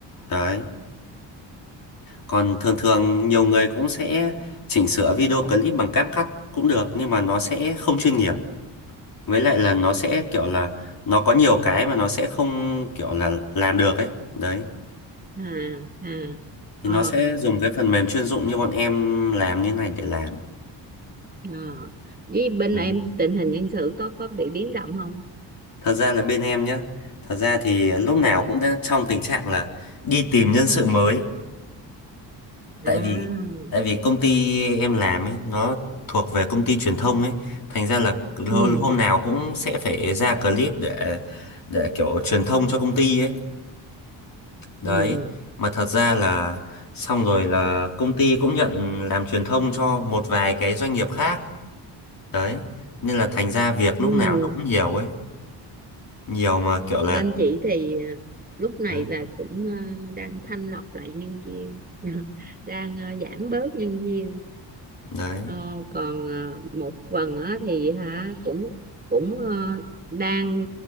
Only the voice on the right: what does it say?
à à
ờ
ờ với bên
em tình hình nhân sự có có bị biến động không
à
ừ
ừ
ừ
bên chị thì à, lúc này
là cũng à, đang thanh lọc lại nhân viên <laughs> đang à, giảm bớt nhân viên
Ờ, còn ờ, một phần á, thì hả cũng cũng ờ, đang